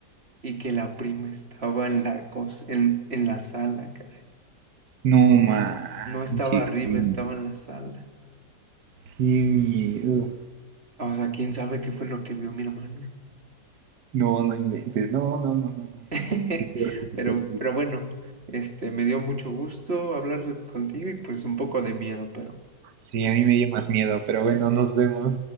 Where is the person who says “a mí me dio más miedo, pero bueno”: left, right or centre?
Right